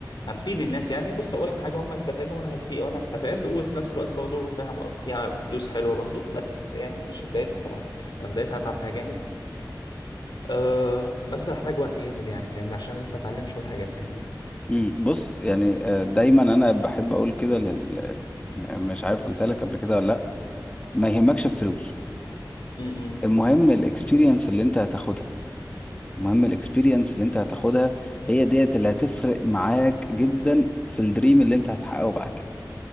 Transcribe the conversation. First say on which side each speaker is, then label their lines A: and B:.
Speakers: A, on the left; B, on the left.
A: هتفيد الناس يعني بص اولا حاجه هم يستفادوا وانا هتفيد وانا هستفاد وفي نفس الوقت برضه فيها فيها فلوس حلوه برضه بس يعني مش في بدايتها طبعا انا بدايتها هتعب فيها جامد أه بس هحتاج وقت جامد يعني فاهمني عشان لسه اتعلم شويه حاجات فاهمني
B: مم، بص يعني آه، دايما انا بحب اقول كده لل يعني مش عارف قلت لك قبل كده ولا لا ما يهمكش الفلوس
A: امم
B: المهم الاكسبيرينس اللي انت هتاخدها المهم الاكسبيرينس اللي انت هتاخدها هي ديت اللي هتفرق معاك جدا في الدريم اللي انت هتحققه بعد كده